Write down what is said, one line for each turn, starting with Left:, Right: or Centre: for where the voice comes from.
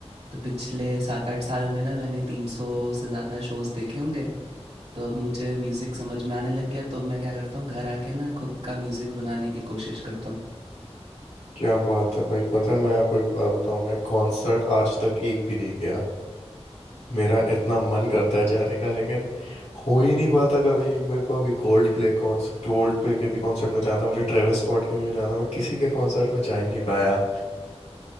Right: तो पिछले 7-8 साल में ना मैंने 300 से ज़्यादा शोज़ देखे होंगे। तो अब मुझे म्यूज़िक समझ में आने लग गया तो अब मैं क्या करता हूँ घर आके ना खुद का म्यूज़िक बनाने की कोशिश करता हूँ
Left: क्या बात है भाई पता है मैं आपको एक बात बताऊं मैं कॉन्सर्ट आज तक एक भी नहीं गया मेरा इतना मन करता है जाने का लेकिन हो ही नहीं पाता कभी मेरे को अभी कोल्ड प्ले कॉन्सर्ट कोल्ड प्ले के भी कॉन्सर्ट में जाता मुझे ट्रेविस स्कॉट के भी जाता मैं किसी के कॉन्सर्ट में जा ही नहीं पाया